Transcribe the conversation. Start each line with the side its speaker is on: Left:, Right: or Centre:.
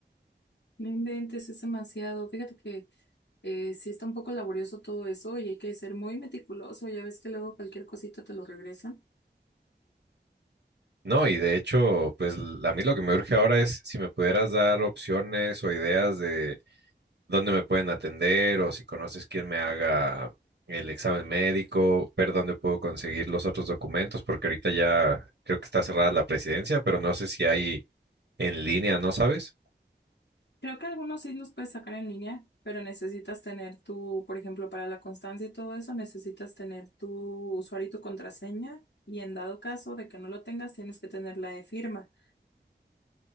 Left: No inventes, es demasiado. Fíjate que eh, sí está un poco laborioso todo eso y hay que ser muy meticuloso. Ya ves que luego cualquier cosita te lo regresan.
Right: No, y de hecho, pues l- a mí lo que me urge ahora es si me pudieras dar opciones o ideas de dónde me pueden atender o si conoces quién me haga el examen médico, ver dónde puedo conseguir los otros documentos, porque ahorita ya creo que está cerrada la presidencia, pero no sé si hay en línea, ¿no sabes?
Left: Creo que algunos sí los puedes sacar en línea, pero necesitas tener tu, por ejemplo, para la constancia y todo eso, necesitas tener tu usuario y tu contraseña. Y en dado caso de que no lo tengas, tienes que tener la de firma.